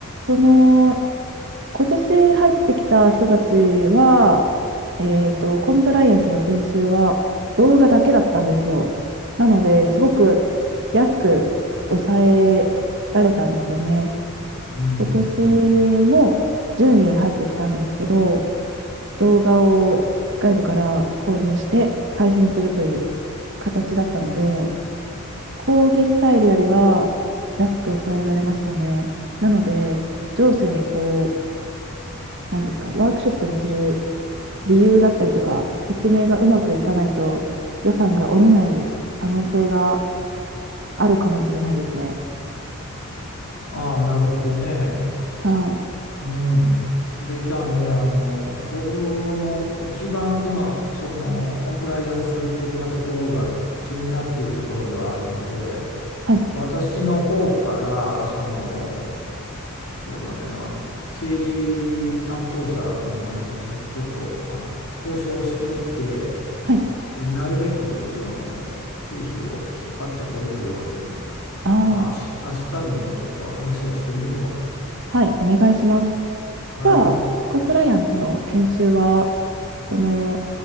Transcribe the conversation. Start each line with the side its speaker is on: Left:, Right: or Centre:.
Right: その、今年入ってきた人たちは、えっと、コンプライアンスの研修は動画だけだったんですよ。なので、すごく安く抑えられたんですよね。
Left: うんうん
Right: 今年も10人入ってきたんですけど、
Left: うん
Right: 動画を外部から購入して配信するという形だったので、講義スタイルよりは安く抑えられましたね。なので、上司にこう、なんですか、ワークショップにする理由だったりとか、説明がうまくいかないと予算が下りない可能性があるかもしれないですね。
Left: うん。ああ、なるほどね。
Right: はい。
Left: うん、それじゃあね、あの、僕も一番今、そのコンプライアンス的なところが気になっているところではあるので、
Right: はい。
Left: 私の方から、その、そうだね、あの、経理担当者の方に直接ちょっと、あの、交渉してみて、
Right: はい。
Left: えなるべくその経費を引っ張ってこれるように、
Right: あ
Left: まあ、明日、明日でもちょっと話をしてみるわ。
Right: あ、はい。お願いします。
Left: はい。
Right: じゃあ、コンプライアンスの研修は、その、